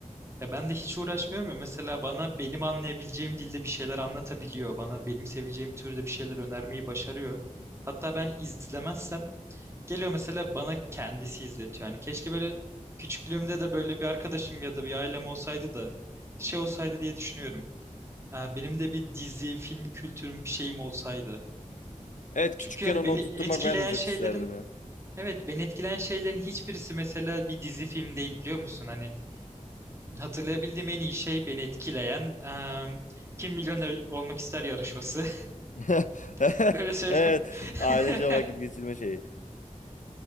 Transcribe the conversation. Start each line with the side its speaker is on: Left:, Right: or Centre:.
Right: Ya ben de hiç uğraşmıyorum ya mesela bana benim anlayabileceğim dilde bir şeyler anlatabiliyor. Bana benim seveceğim türde bir şeyler önermeyi başarıyor. Hatta ben izlemezsem Geliyor mesela bana kendisi izletiyor. Hani keşke böyle küçüklüğümde de böyle bir arkadaşım ya da bir ailem olsaydı da şey olsaydı diye düşünüyorum. Ha, benim de bir dizi, film kültürüm bir şeyim olsaydı.
Left: Evet küçükken
Right: Çünkü hani
Left: onu
Right: beni
Left: oturtturmak
Right: etkileyen
Left: ben de çok
Right: şeylerin
Left: isterdim ya.
Right: evet beni etkileyen şeylerin hiçbirisi mesela bir dizi film değil biliyor musun? Hani hatırlayabildiğim en iyi şey beni etkileyen em, Kim Milyoner Olmak ister yarışması.
Left: <laughs>
Right: <laughs> Öyle söyleyeyim.
Left: Evet.
Right: <laughs>
Left: Ailece vakit geçirme şeyi.